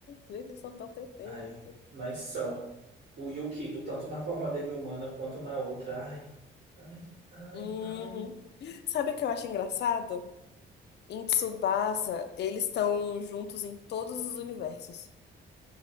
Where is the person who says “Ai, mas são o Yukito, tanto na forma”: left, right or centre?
Right